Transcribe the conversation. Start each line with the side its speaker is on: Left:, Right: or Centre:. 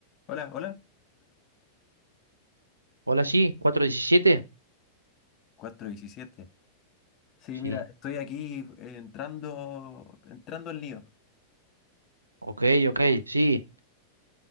Left: Hola, hola,
Right: Hola, sí, cuatro diecisiete
Left: 312, diecisiete. Sí,
Right: Sí,
Left: mira, estoy aquí eh, entrando, entrando al lío.
Right: ok, ok, sí.